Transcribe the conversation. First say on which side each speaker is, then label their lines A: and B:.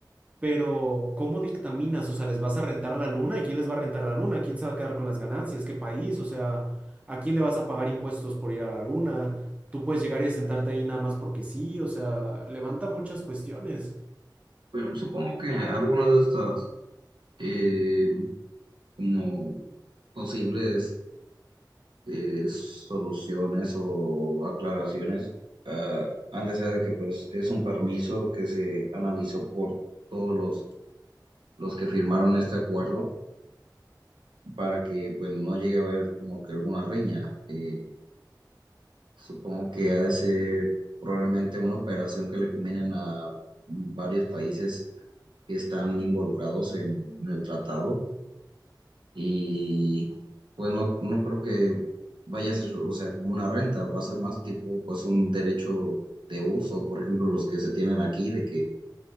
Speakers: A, on the right (about 15°); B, on the right (about 85°).
A: Pero ¿cómo dictaminas? O sea, ¿les vas a rentar la luna? ¿Y quién les va a rentar la luna? ¿Quién se va a quedar con las ganancias? ¿Qué país? O sea, ¿a quién le vas a pagar impuestos por ir a la luna? Tú puedes llegar y sentarte ahí nada más porque sí, o sea, levanta muchas cuestiones.
B: Pero supongo que algunas de estas eh, como posibles eh, soluciones o aclaraciones, ah, han de ser de que pues es un permiso que se analizó por todos los, los que firmaron este acuerdo para que pues no llegue a haber como que alguna riña. Eh, supongo que ha de ser probablemente una operación que le convienen a varios países que están involucrados en en el tratado. y pues no, no creo que vaya a ser, o sea, como una renta, va a ser más tipo pues un derecho de uso, por ejemplo, los que se tienen aquí, de que